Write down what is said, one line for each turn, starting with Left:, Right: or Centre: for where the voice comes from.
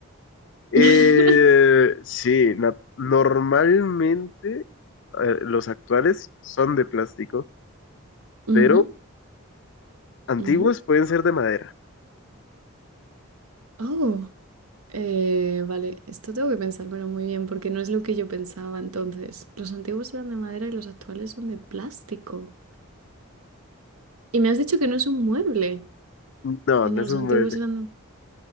Left: Eh,
Right: <laughs>
Left: sí, na- normalmente eh, los actuales son de plástico,
Right: Ujú,
Left: pero antiguos
Right: ujú.
Left: pueden ser de madera.
Right: Oh, eh, vale, esto tengo que pensármelo muy bien porque no es lo que yo pensaba entonces. Los antiguos eran de madera y los actuales son de plástico. Y me has dicho que no es un mueble,
Left: No,
Right: cuando
Left: no es
Right: los
Left: un
Right: antiguos
Left: mueble.
Right: eran...